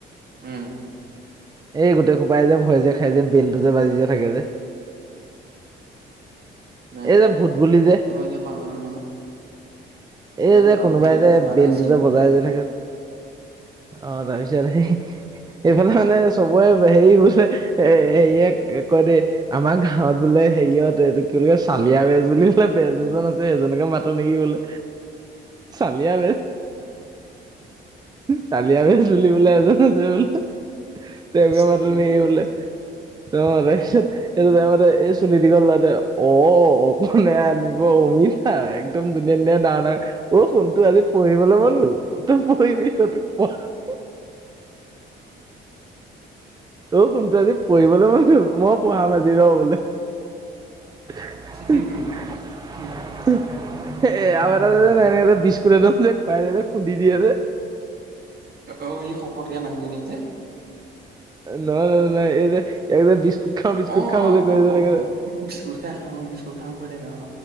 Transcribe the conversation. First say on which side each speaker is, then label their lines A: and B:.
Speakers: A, on the right (about 50°); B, on the right (about 20°).
A: উম।
B: এই গোটেই খোপাই যে ভয় যে খাই যে বেলটো যে বাজি যে থাকে যে।
A: জানো
B: এই যে ভূত বুলি যে
A: এতিয়া পাহৰিলো নহয়
B: এই
A: জানো
B: যে
A: পাহৰিলো
B: কোনোবাই
A: এইটো
B: যে
A: চোৱা
B: বেলটো
A: নাই চিনটো
B: যে বজাই যে থাকে। অ, তাৰ পিছাৰে এইফালে মানে চবৰে হেৰি বোলে এ হেৰিয় কয় দেই আমাৰ গাঁৱত বোলে। হেৰিয়তে এইটো কি ক চালিয়া বেজ বুলি বোলে বেজ এজন আছে সেইজনকে মাতো নেকি বোলে। চালিয়া বেজ চালি। পিয়া বেজ বুলি বোলে এজন আছে বোলে তেওঁককে
A: চালিয়া
B: মাতো নেকি
A: বে
B: বোলে। অ ৰা এইটো তাইমত এই চুলি দীঘল লতে অ অকণনে আনিব অমিতা। ধুনীয়া ধুনীয়া ডাঙৰ অ শুনটো আজি পঢ়িবলৈ মন গ'ল তই পঢ়িবি <unintelligible> অ কোনটো আজি পঢ়িবলৈ মন হ'ল মই পঢ়াম আজি। <unintelligible>
A: উম, উম, অ'
B: <unintelligible> ন এনে বিস্কুট নম দে পাই দে খুন্দি দিয়েযে।
A: অ এই শকতকে মানুহজনীক যে
B: ন ন ন নাই এই যে বিস্কুট খাওঁ বিস্কুট
A: অ
B: খাওঁ যে কৈ
A: অ
B: যে এনেকে যে।
A: বিস্কুট খাই খাওঁ অ বিস্কুট খাওঁ কৈ থাকে অ